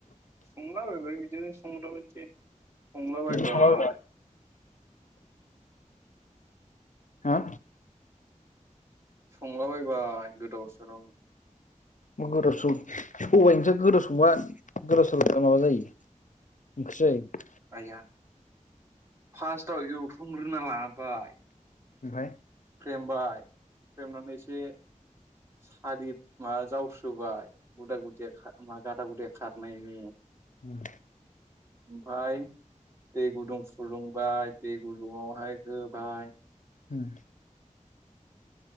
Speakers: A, on the right; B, on the left.
A: संलाबायबाय बिदिनो संग्राबादि। संला
B: बिदि
A: बायबायाय।
B: सङा ब्रा हा
A: संलाबायबाय गोदाव सोरोरावनो।
B: मा गोदाव सोराव सबाइ ओंख्रिया गोदाव संबा गोदाव सोराव संबा माबा जायो ओंख्रि जायो।
A: आइया फार्स्टआव एवथुमग्रोना लाबाय
B: ओमफाय
A: हुक्रेमबाय हुक्रेमनानै एसे सारि माबा जावसोबाय। गुदा गुदिया खा मा गादा गुदाया खारनायनि।
B: उम
A: ओफाय दै गुदुं फुदुंबाय दै गुदुुंवहाय होबाय।।
B: उम